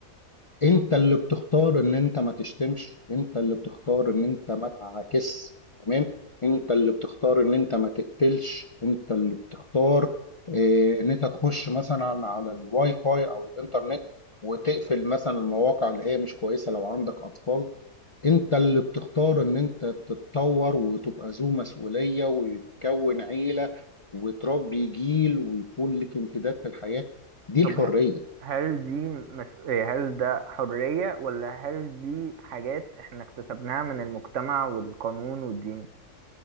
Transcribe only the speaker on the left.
انت اللي بتختار ان انت ما تشتمش انت اللي بتختار ان انت ما تعاكس تمام انت اللي بتختار ان انت ما تقتلش انت اللي بتختار اه ان انت تخش مثلا على الواي فاي او الانترنت وتقفل مثلا المواقع اللي هي مش كويسة لو عندك اطفال انت اللي بتختار ان انت تتطور وتبقى ذو مسؤولية ويتكون عيلة وتربي جيل ويكون لك امتداد في الحياة دي
الحرية